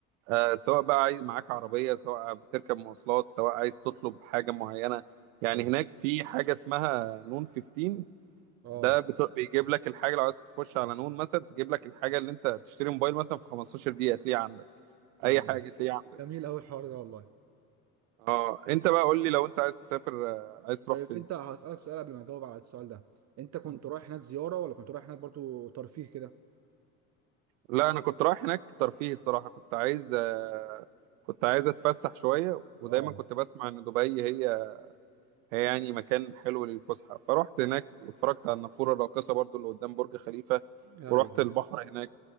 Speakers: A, on the right; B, on the right.
A: آه سواء بقى عايز معاك عربيه سواء بتركب مواصلات سواء عايز تطلب حاجه معينه يعني
B: ايوه
A: هناك في حاجه اسمها نون 15
B: اه
A: ده بت- بيجيب لك الحاجه لو عايز تخش على نون مثلا تجيب لك الحاجه اللي انت تشتري موبايل مثلا في 15 دقيقه تلاقيها عندك
B: آه.
A: اي حاجه تلاقيها عندك
B: جميل قوي الحوار ده والله
A: اه انت بقى قول لي لو انت عايز تسافر آه، عايز تروح
B: طيب
A: فين
B: انت هسألك سؤال قبل ما اجاوب على السؤال ده انت كنت رايح هناك زياره ولا كنت رايح هناك برضو ترفيه كده
A: لا انا كنت رايح هناك ترفيه الصراحه كنت عايز آه، كنت عايز اتفسح شويه ودايما
B: اه
A: كنت بسمع ان دبي هي هي يعني مكان حلو للفسحه فروحت هناك واتفرجت على النافوره الراقصه برضو اللي قدام برج خليفه
B: ايوه
A: ورحت
B: ايوه
A: البحر هناك